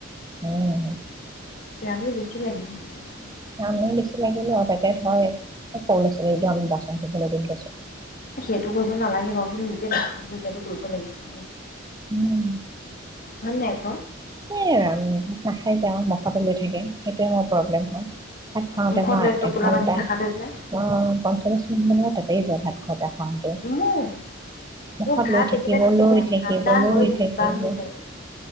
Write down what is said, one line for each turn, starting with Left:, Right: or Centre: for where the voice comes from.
Right: উম-
Left: এয়া আমি বেছি লাগি থাকিবাচোন <unintelligible>
Right: নামে বেছি লাগিলো তাতে ধ সৰু ল আছিল একদো আমি বাচন ধুবলৈ দিম দেছো <unintelligible>
Left: সেইটো কৰিব নালাগে বাৰু, কিুন্তু নিজে নিজৰটোলগিয়টো <unintelligible> কৰিব লাগিছিল দেই।
Right: উম-
Left: হয় নে- নহ‌য় ক?
Right: এ ভাত নাখায় যে- আমাৰ মুখতে লৈ থাকে। অ- প্ৰব্লেম হয় ভাত খাওঁতে
Left: মুখত
Right: মই
Left: লৈ টোপোলা
Right: এঘন্টা
Left: বান্ধি থাকাটো যে
Right: অ- পঞ্চল্লিশ মিনিট মান তাতেই যাই ভাত কথা <unintelligible>
Left: মোৰ
Right: মুখত
Left: মোৰ ভাত
Right: লৈ থাকিব,
Left: একেবাৰে ঠে-
Right: লৈ থাকিব,
Left: ঠাণ্ডা
Right: লৈ
Left: হৈ কিবা
Right: থাকিব।
Left: হৈ যায়গৈ।